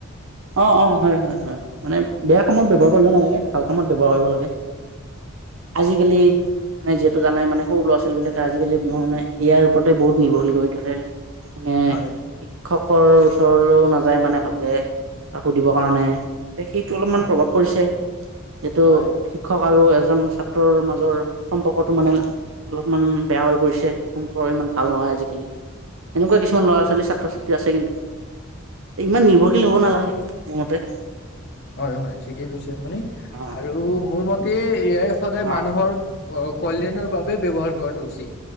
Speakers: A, on the right; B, on the left.
A: অ' অ', হয় হয় হয়, মানে বেয়া কামত ব্যৱহাৰ কৰিব নালাগে, ভাল কামত ব্যৱহাৰ কৰিব লাগে। আজিকালি, মানে যিহেতু জানাই মানে সৰু ল'ৰা-ছোৱালী বিলাকে আজিকালি ম মানে এ আই ৰ ওপৰতে বহুত নিৰ্ভশীল কৰি থাকে মানে
B: হয়,
A: শিক্ষক- কৰ ওচৰ- ও নাযায় মানে ভালকে বা সুধিবৰ কাৰণে এ সেইটো অলপমান
B: হয়,
A: প্ৰভাৱ পৰিছে সেইটো
B: হয়,
A: শিক্ষক আৰু এজন ছাত্ৰ ৰ মাজৰ সম্পৰ্কতটো মানে অলপমান বেয়া হৈ পৰিছে। সংকৰ ইমান ভাল নহয় আজিকালি। এনেকুৱা কিছুমান ল'ৰা ছোৱালী ছাত্ৰ ছাত্ৰী আছে, কিন্তু ইমান নিৰ্ভৰশীল হব নালাগে মোৰ মতে।
B: হয় হয় ঠিকে কৈছে আপুনি
A: অ
B: আৰু মোৰ মতে তে এয়াই সদায়
A: অ
B: মানুহৰ অ কল্যানৰ বাবে ব্যৱহাৰ কৰাটো উচিত।